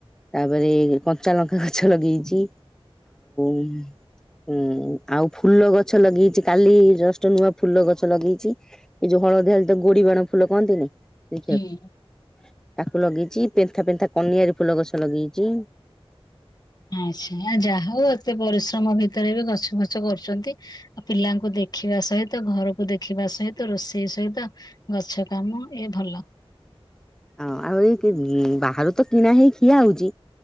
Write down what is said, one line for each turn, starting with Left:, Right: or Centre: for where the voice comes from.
Centre: ତାପରେ କଞ୍ଚା ଲଙ୍କା ଗଛ ଲଗେଇଛି। ହୁଁ ହୁଁ ଆଉ ଫୁଲ ଗଛ ଲଗେଇଛି କାଲି ଜଷ୍ଟ ନୂଆ ଫୁଲ ଗଛ ଲଗେଇଛି। ଏଇ ଯଉ ହଳଦିଆଳ ତ ଗୋରି ବାଣ ଫୁଲ କହନ୍ତିନି। ଦେଖିବାକୁ
Left: ହୁଁ
Centre: ତାକୁ ଲଗେଇଛି ପେନ୍ଥା ପେନ୍ଥା କନିଆର ଫୁଲ ଗଛ ଲଗେଇଛି।
Left: ଆଚ୍ଛା ଯାହା ହଉ ଏତେ ପରିଶ୍ରମ ଭିତରେ ବି ଗଛ ଫଛ କରୁଛନ୍ତି। ଆ ପିଲାଙ୍କୁ ଦେଖିବା ସହିତ ଘରକୁ ଦେଖିବା ସହିତ ରୋଷେଇ ସହିତ। ଗଛ କାମ ଏ ଭଲ।
Centre: ହଁ ଆଉ ଏଇ ବାହାରୁ ତ କିଣା ହେଇ ଖିଆ ହଉଛି